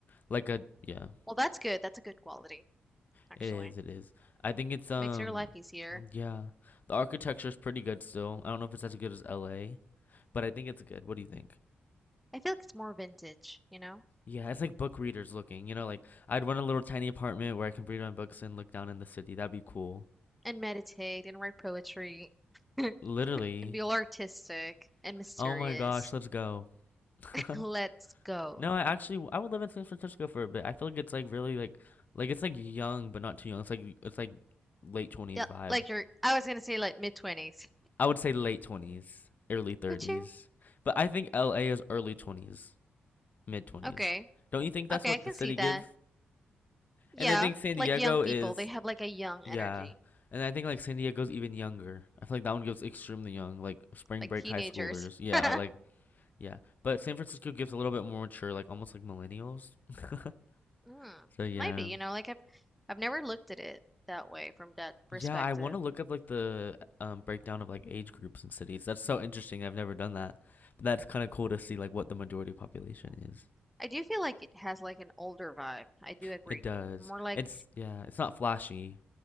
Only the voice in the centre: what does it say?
Well, that's good. That's a good quality, actually.
Makes your life easier.
I feel like it's more vintage, you know?
And meditate and write poetry <laughs> and
be all artistic and mysterious.
<laughs> Let's go.
Yep,
like you're, I was gonna say like mid 20s.
Would you?
Okay.
Okay,
I can
see that.
Yeah,
like
young people,
they have like a young
energy,
like
teenagers.
<laughs>
Mm,
might be, you know, like I've I've never looked at it that way from that perspective.
Yeah.
I do feel like it has like an older vibe. I do agree.
More like